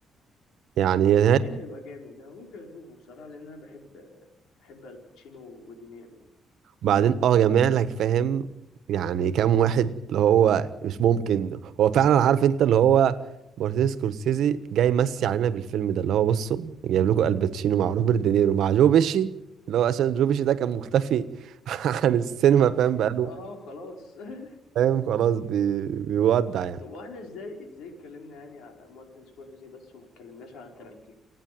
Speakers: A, on the right (about 75°); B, on the left (about 85°).
A: يعني هي
B: هو أكيد هيبقى جامد أنا ممكن أشوفه بصراحة لأن أنا بحب بحب الباتشينو ودينيرو
A: بعدين اه جامع لك فاهم يعني كام واحد اللي هو مش ممكن هو فعلا عارف انت اللي هو مارتن سكورسيزي جاي يمسي علينا بالفيلم ده اللي هو بصوا جايب لكم الباتشينو مع روبرت دينيرو مع جو بيشي اللي هو عشان جو بيشي ده كان مختفي <laughs> عن السينما فاهم بقاله
B: يعني أه خلاص <laughs>
A: فاهم خلاص بي... بيودع يعني
B: طب وإحنا إزاي إزاي اتكلمنا يعني على مارتن سكورسيزي بس وما اتكلمناش على تارانتينو